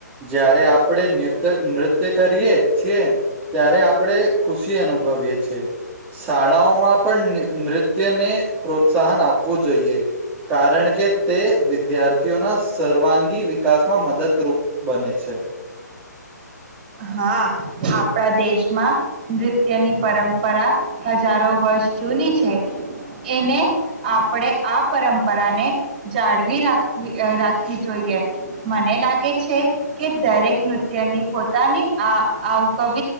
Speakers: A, on the right; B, on the right.
A: જ્યારે આપણે નત્ય નૃત્ય કરીએ છીએ ત્યારે આપણે ખુશી અનુભવીય છીએ. શાળાઓમાં પણ નૃ ત્ય ને પ્રોત્સાહન આપવું જોઈએ કારણ કે તે વિદ્યાર્થીઓના સર્વાંગી વિકાસમાં મદદરૂપ બને છે.
B: હા આપણા દેશમાં નૃત્યની પરંપરા હજારો વર્ષ જૂની છે એને આપણેે આ પરંપ રાને જાળવી રાખ રાખવી જોઈએ મને લાગે છે કે દરેક નૃત્યની પો દની આ કવ